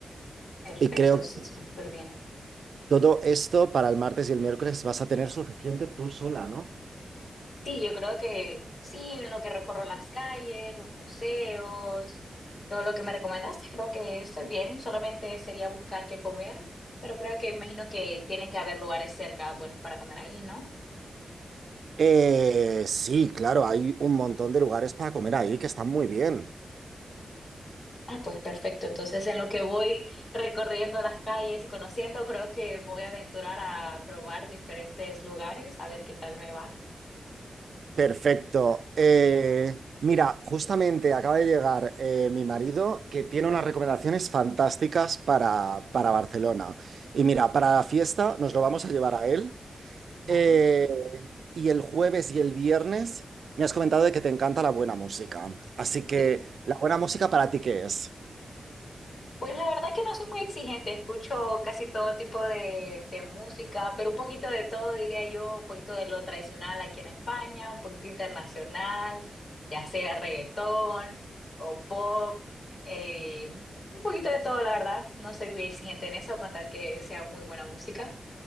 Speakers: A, on the left; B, on the right.
A: Perfecto,
B: Y creo
A: sí,
B: que
A: suena súper bien.
B: todo esto para el martes y el miércoles vas a tener suficiente tú sola, ¿no?
A: Sí, yo creo que sí, en lo que recorro las calles, los museos, todo lo que me recomendaste, creo que estoy bien. Solamente sería buscar qué comer, pero creo que imagino que tienen que haber lugares cerca buenos para comer ahí, ¿no?
B: Eh, sí, claro, hay un montón de lugares para comer ahí que están muy bien.
A: Ah, pues perfecto. Entonces, en lo que voy recorriendo las calles y conociendo, creo que me voy a aventurar a probar diferentes lugares, a ver qué tal me va.
B: Perfecto. Eh, mira, justamente acaba de llegar eh, mi marido que tiene unas recomendaciones fantásticas para, para Barcelona. Y mira, para la fiesta nos lo vamos a llevar a él.
A: Vale.
B: Eh, y el jueves y el viernes me has comentado de que te encanta la buena música. Así que,
A: Sí.
B: ¿la buena música para ti qué es?
A: Pues la verdad que no soy muy exigente, escucho casi todo tipo de, de música, pero un poquito de todo, diría yo, un poquito de lo tradicional aquí en España, un poquito internacional, ya sea reggaetón o pop, eh, un poquito de todo, la verdad, no soy muy exigente en eso, con tal que sea muy buena música.